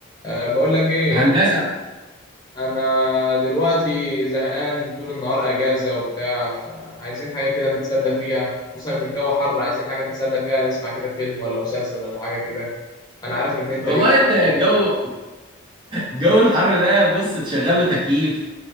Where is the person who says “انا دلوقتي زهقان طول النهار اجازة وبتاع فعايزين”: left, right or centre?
Left